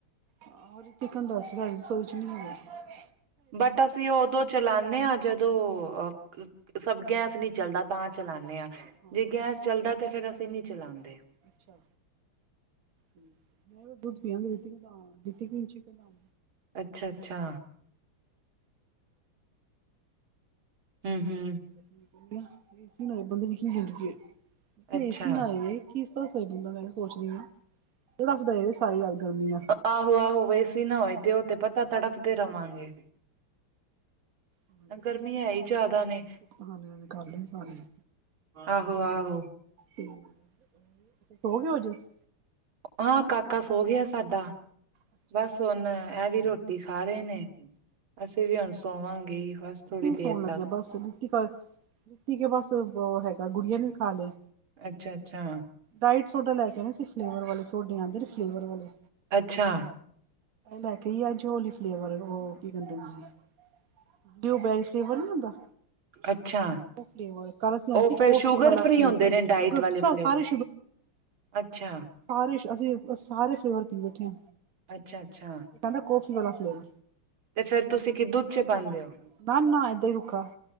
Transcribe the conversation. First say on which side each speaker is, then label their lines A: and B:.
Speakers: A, on the right; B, on the right.
A: ਆਹ ਤਿਕਨ ਦਸ ਦਾ ਏ, ਰਸੋਈ ਚ ਨੀ ਹੈਗੇ।
B: ਬਟ ਅਸੀਂ ਓਦੋਂ ਚਲਾਨੇ ਆ ਜਦੋਂ ਅ ਕ -ਸਭ ਗੈਸ ਨੀ ਚੱਲਦਾ ਤਾਂ ਚਲਾਨੇ ਆ,
A: ਹਾਂ
B: ਜੇ ਗੈਸ ਚਲਦੈ ਤੇ ਫੇਰ ਅਸੀਂ ਨੀ ਚਲਾਂਦੇ।
A: ਅੱਛਾ ਹੂੰ, ਮੈਂ ਓ ਦੁੱਧ ਪੀਆਂਗੀ <unintelligible> ਦਿੱਤੀਤੀਂਚੀ ਕਰਨਾ।
B: ਅੱਛਾ- ਅੱਛਾ। ਹੂੰ ਹੂੰ
A: ਅੱਛਾ ਠੀਕ ਏ, ਇਸ ਨਾਲ ਬੰਦੇ ਦੀ ਕੀ ਜ਼ਿੰਦਗੀ ਏ। ਉਪਰ
B: ਅੱਛਾ
A: ਏਸੀ ਲਾ ਲੇ। ਕੀਸਤਾ ਤੇ ਖਰੀਦਨਾ ਪੈਣਾ ਸੋਚਨੀ ਆ, ਥੋੜਾ ਸੁਧਾਰ ਹੋਏਗਾ ਸਾਰੀ ਰਾਤ ਗਰਮੀ ਦਾ।
B: ਆਹੋ- ਆਹੋ, ਵ ਏਸੀ ਨਾ ਹੋਏ ਤੇ ਓ ਤੇ ਪਤੈ ਤੜਫਦੇ ਰਵਾਂਗੇ।
A: ਹੋਰ ਨੀ
B: ਗਰਮੀ
A: ਤੇ,
B: ਹੈ ਹੀ ਜ਼ਿਆਦਾ ਨੇ
A: ਅਪਣੇ ਭੁਗਤਾਨ ਨਿਕਾਲ ਲੇ ਸਾਰੇ।
B: ਆਹੋ- ਆਹੋ।
A: ਤੁਸੀ ਸੋ ਗੇ ਓ ਜਸ
B: ਹਾਂ, ਕਾਕਾ ਸੋ ਗਿਆ ਸਾਡਾ।
A: ਅੱਛਾ
B: ਬਸ ਹੁਨ ਐ ਵੀ ਰੋਟੀ ਖਾ ਰੇ ਨੇ, ਬਸ ਤੇ ਵੀ ਹੁਣ ਸੋਵਾਂਗੇ ਈ ਬਸ। ਥੋੜ੍ਹੀ
A: ਕੁਝ ਨੀ
B: ਦੇਰ
A: ਸੋਣ ਲੱਗੇ
B: ਤੱਕ
A: ਬਸ। ਬਿਕੀ ਘਰ, ਬਿਕੀ ਕੇ ਬਸ ਬੋ ਹੈਗਾ, ਗੁਡੀਆ ਨੇ ਵੀ ਖਾ ਲਿਆ।
B: ਅੱਛਾ-ਅੱਛਾ।
A: ਡਾਇਟ ਸੋਡਾ ਲੈ ਕੇ ਆਉਣਾ। ਉਹ 'ਚ ਫਲੇਵਰ ਵਾਲੇ ਸੋਡੇ ਆਂਦੇ ਨੇ, ਫਲੇਵਰ ਵਾਲੇ।
B: ਅੱਛਾ
A: ਲੈ ਕੇ ਈ ਅੱਜ ਹੋਲੀ ਫਲੇਵਰ
B: <inaudible>
A: <inaudible> ਬੀ ਉਹ ਬੈਰੀ ਫਲੇਵਰ ਨੀ ਹੁੰਦਾ।
B: ਅੱਛਾ।
A: ਉਹ ਫਲੇਵਰ ਕੱਲ ਅਸੀਂ ਆਣਾ
B: ਉਹ
A: ਸੀ
B: ਫਿਰ
A: ਕੌਫੀ
B: ਸ਼ੂਗਰ
A: ਵਾਲਾ
B: ਫ੍ਰੀ
A: ਫਲੇਵਰ
B: ਹੁੰਦੇ ਨੇ, ਡਾਇਟ
A: ਸ਼ੂਗਰ
B: ਵਾਲੇ
A: ਸਾਰੇ
B: ਫਲੇਵਰ। ਅੱਛਾ।
A: ਤਾਰੇਸ਼ ਅਸੀਂ ਸਾਰੇ ਫਲੇਵਰ ਪੀ ਬੈਠੇ ਆ।
B: ਅੱਛਾ-ਅੱਛਾ।
A: ਕਹਿੰਦਾ ਕੋਫੀ ਵਾਲਾ ਫਲੇਵ
B: ਤੇ ਫਿਰ ਤੁਸੀਂ ਕਿ ਦੁੱਧ 'ਚ ਪਾਂਦੇ ਓ?
A: ਨਾ-ਨਾ ਇਦਾਂ ਈ ਰੁੱਖਾ।